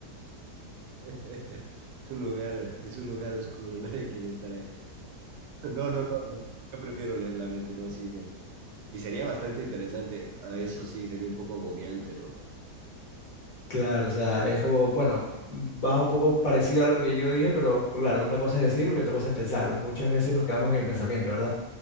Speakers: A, on the right; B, on the left.
A: <laughs> Es un lugar, es un lugar oscuro, <laughs> nadie quiere estar ahí. No, no, no, no, yo prefiero leer la mente, no, sí, me... Y sería bastante interesante, a eso sí, sería un poco agobiante, ¿no?
B: Claro, o sea, es como, bueno, va un poco parecido a lo que yo dije, pero claro, una cosa es decirlo y otra cosa es pensarlo. Muchas veces nos quedamos en el pensamiento, ¿verdad?